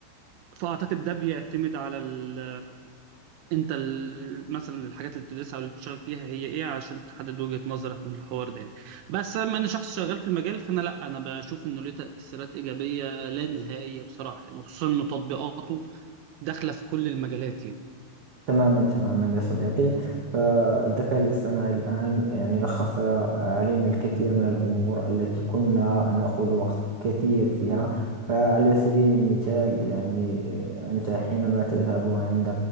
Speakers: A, on the right; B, on the right.
A: فاعتقد ده بيعتمد على ال انت ال- مثلا الحاجات اللي بتدرسها او اللي بتشتغل فيها هي ايه عشان تحدد وجهة نظرك من الحوار ده يعني بس لما انا شخص شغال في المجال فانا لا انا بشوف انه ليه تأثيرات ايجابية لا نهائية بصراحة يعني وخصوصا انه تطبيقاته داخلة في كل المجالات يعني
B: تماما تماما يا صديقي فالذكاء الاصطناعي الآن يعني لخص علينا الكثير من الأمور التي كنا نأخذ وقت كثير فيها فعلى سبيل المثال يعني آه، أنت حينما تذهب عند